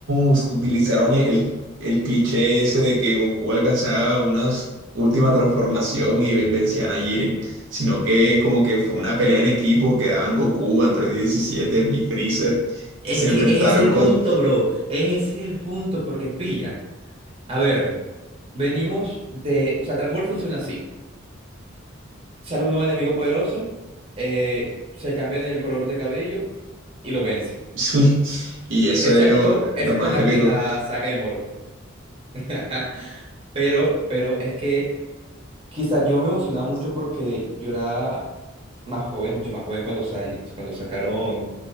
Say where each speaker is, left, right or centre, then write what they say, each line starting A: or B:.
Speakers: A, on the right; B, on the right.
A: us- utilizaron el, el el cliché ese de que Goku alcanzaba una s- última transformación y ve- vencían a Jiren, sino que como que fue una pelea en equipo, quedaban Goku, Android 17 y Freezer
B: Es
A: y se
B: que
A: enfrentaron
B: ese es el
A: con...
B: punto, bro. Ese es el punto, porque pilla. A ver, venimos de... O sea, Dragon Ball funciona así. Sale un nuevo enemigo poderoso, eh, se cambian el color de cabello y lo vence.
A: <laughs> Y eso
B: Excepto,
A: es lo, lo
B: excepto
A: más
B: en la,
A: épico.
B: en la saga de Moro. <laughs> Pero, pero es que Quizá yo me emocionaba mucho porque yo era más joven, mucho más joven cuando, sa- cuando sacaron